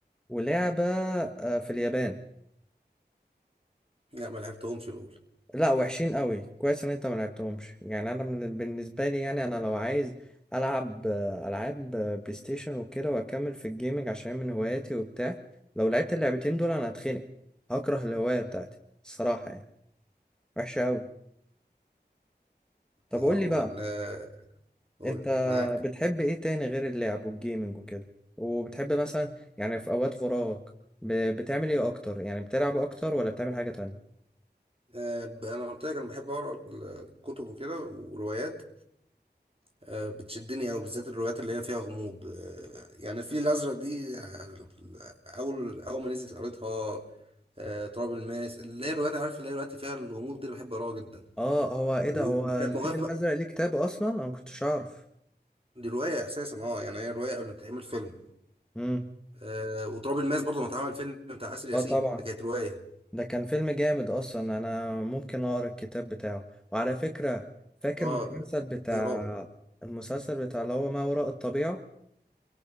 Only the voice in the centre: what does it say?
ولعبة آه، في اليابان
لا وحشين قوي كويس ان انت ما لعبتهمش يعني انا من- بالنسبة لي يعني انا لو عايز العب آه، العاب آه، بلاي ستيشن وكده واكمل في الجيمنج عشان من هواياتي وبتاع لو لعبت اللعبتين دول انا هتخنق هكره الهواية بتاعتي الصراحة يعني وحشة قوي طب
قول لي بقى
انت
بتحب ايه تاني غير اللعب والجيمنج وكده وبتحب مثلا يعني في اوقات فراغك ب- بتعمل ايه اكتر يعني بتلعب اكتر ولا بتعمل حاجة تانية
اه هو ايه ده
هو الفيل
الازرق ليه كتاب اصلا انا ما كنتش اعرف
امم
اه طبعا
ده كان فيلم جامد اصلا انا ممكن اقرا الكتاب بتاعه وعلى فكره فاكر
المسلسل بتاع
المسلسل بتاع اللي هو ما وراء الطبيعه